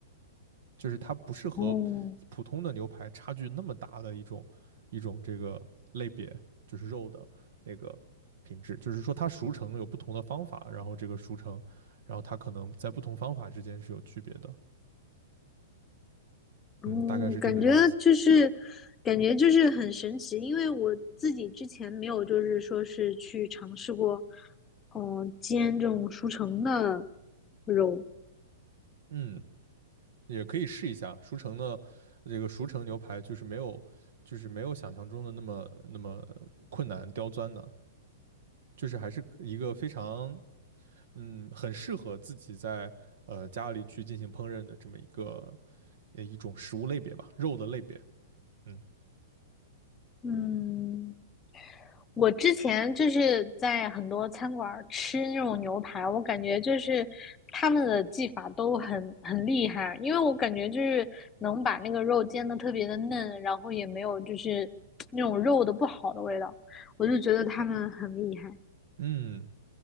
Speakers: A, on the right; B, on the left.
A: 就是它不是和
B: 哦，
A: 普通的牛排差距那么大的一种一种这个类别，就是肉的那个品质，就是说它熟成有不同的方法，然后这个熟成，然后它可能在不同方法之间是有区别的，
B: 哦，
A: 嗯，大概是这个样子，
B: 感觉就是，感觉就是很神奇，因为我自己之前没有，就是说是去尝试过，嗯、煎这种熟成的肉，
A: 嗯，也可以试一下熟成的这个熟成牛排，就是没有就是没有想象中的那么那么困难刁钻的，就是还是一个非常嗯，很适合自己在呃家里去进行烹饪的这么一个呃一种食物类别吧，肉的类别。嗯
B: 嗯，我之前就是在很多餐馆儿吃那种牛排，我感觉就是他们的技法都很很厉害，因为我感觉就是能把那个肉煎的特别的嫩，然后也没有就是 <tsk> 那种肉的不好的味道，我就觉得他们很厉害。
A: 嗯，